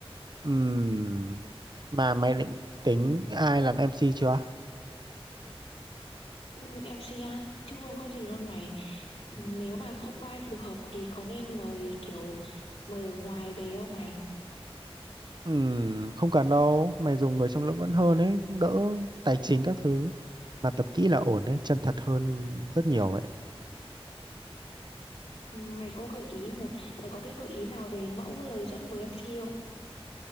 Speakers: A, on the right; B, on the left.
A: Ừm, mà mày định tính ai làm MC chưa
B: Ừ, MCA chưa có gì luôn mày nếu mà không có ai phù hợp thì có nên mời kiểu mời ở ngoài về không mày
A: Ừm, không cần đâu, mày dùng người trong lớp vẫn hơn ấy, đỡ tài chính các thứ. Mà tập kỹ là ổn ấy, chân thật hơn rất nhiều ấy.
B: mày có gợi ý một mày có cái gợi ý nào về mẫu lời dẫn của em MC không